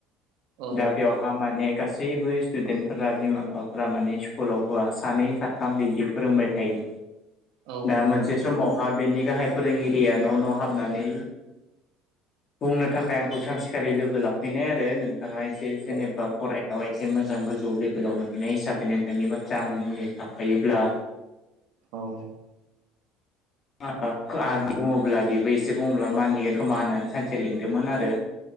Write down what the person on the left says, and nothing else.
दा बेवहा माने गासैबो स्टुडेन्टफोरा बिमा बिफाफ्रा माने स्कुलाव होआ सानै साथाम बिदि फोरोंबाय थायो
दा
मोनसे समावहा बेनि गाहाय फोरोंगिरिया न' न' हाबनानै बुंनो थाखाय आं खौ सानसेखालि लोगो लाफैनाय आरो नोंथाङा एसे जेनेबा
फरायनायावहाय एसे मोजां गोजौ लेभेलाव मोनहैनाय हिसाबै नोंथांनि बाथ्रा आंजों मि थाफायोब्ला
<unintelligible> आं बुङोब्ला बेबो एसे बुङोब्ला मानियो खोमा होननानै सानसे लिंदोंमोन आरो।